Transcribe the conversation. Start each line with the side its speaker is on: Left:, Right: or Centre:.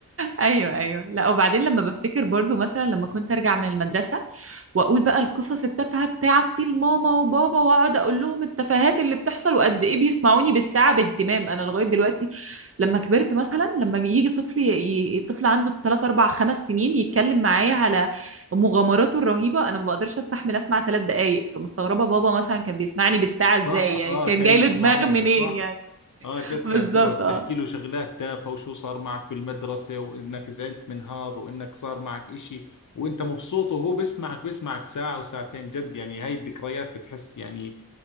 Right: ايوه ايوه لا وبعدين لما بفتكر برضو مثلا لما كنت ارجع من المدرسه واقول بقى القصص التافهه بتاعتي لماما وبابا واقعد اقول لهم التفاهات اللي بتحصل وقد ايه بيسمعوني بالساعه باهتمام انا لغايه دلوقتي لما كبرت مثلا لما يجي طفل ي... ي- طفل عنده 3 4 5 سنين يتكلم معايا على مغامراته الرهيبه انا ما بقدرش استحمل اسمع 3 دقائق فمستغربه بابا مثلا كان بيسمعني بالساعه
Left: صح
Right: ازاي
Left: اه
Right: يعني كان
Left: كان
Right: جاي
Left: يسمعونا
Right: له دماغ منين
Left: صح
Right: يعني
Left: اه
Right: <laughs>
Left: جد
Right: بالظبط
Left: كانت تقعد
Right: اه
Left: تحكي له شغلات تافهة وشو صار معك بالمدرسة وانك زعلت من هذا وانك صار معك اشي وانت مبسوط وهو بيسمعك بيسمعك ساعة وساعتين جد يعني هاي الذكريات بتحس يعني